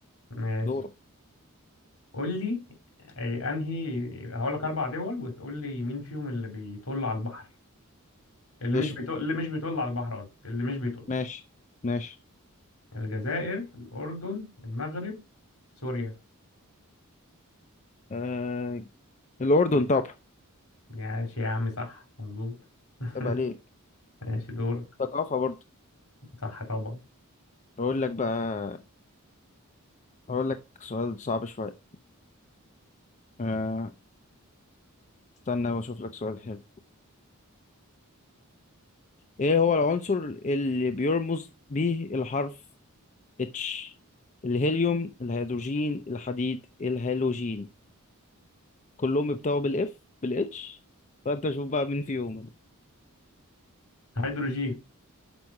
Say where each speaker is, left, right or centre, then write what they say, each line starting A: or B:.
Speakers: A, on the left; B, on the left.
A: ماشي
B: دورك
A: قول لي أي- انهي هقول لك اربع دول وتقول لي مين فيهم اللي بيطل على البحر اللي
B: قشطة
A: مش بيطل اللي مش بيطل على البحر قصدي اللي مش بيطل
B: ماشي ماشي
A: الجزائر الاردن المغرب سوريا
B: آه... الأردن طبعا
A: ماشي يا عم صح مظبوط <laughs>
B: عيب عليك
A: ماشي دورك
B: ثقافة برضه
A: صح طبعا
B: هقول لك بقى هقول لك سؤال صعب شوية آه... استنى واشوف لك سؤال حلو ايه هو العنصر اللي بيرمز به الحرف اتش الهيليوم الهيدروجين الحديد الهالوجين كلهم بيبتدوا بالاف بالاتش فانت شوف بقى مين فيهم
A: هيدروجين